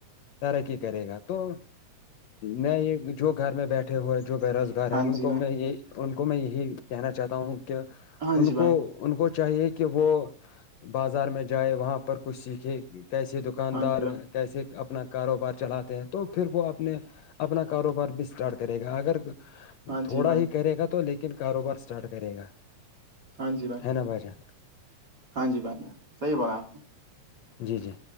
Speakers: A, on the left (about 70°); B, on the right (about 35°).
A: ترقی کرے گا تو میں یہ جو گھر میں بیٹھے ہوئے جو بے روزگ گ
B: ہاں
A: ہے ان
B: جی
A: کو
B: بھائی
A: میں یہ ان کو میں یہی کہنا چاہتا ہوں کہ
B: ہاں
A: ان
B: جی بھائی
A: کو ان کو چاہیے کہ وہ بازار میں جائے وہاں پر کچھ سیکھے کیسے د دکاندار
B: ہاں جی بھائی
A: کیسے اپنا کاروبار چلاتے ہیں تو پھر وہ اپنے اپنا کاروبار بھی اسٹارٹ کرے گا اگر
B: ہاں
A: تھوڑا
B: جی بھائی
A: ہی کرے گا تو لیکن کاروبار اسٹارٹ کرے گا
B: ہاں جی بھائی
A: ہےینا باجا
B: ہاں جی بھائی جاں صحی بو رہا آپ نے
A: جی جی